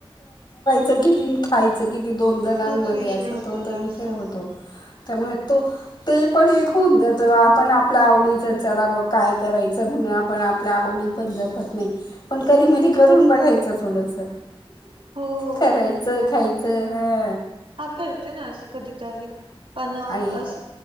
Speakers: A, on the left (about 50°); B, on the right (about 60°).
A: च किती अन खायचं किती दोन जणांमध्ये
B: तोच विषय
A: असा
B: होतो
A: तो तर
B: जास्त
A: विचार होतो. त्यामुळे तो ते पण एक होवुन जातं. आपण आपल्या आवडीचं चला ब काय करायचं मग आपण आपल्या आवडीत पण जपत नाही. पण कधी मधी करून बघायचं थोडस.
B: हो
A: करायचं, खायचं हा.
B: हा करते नां असं कधीतरी. पण
A: आणि
B: अस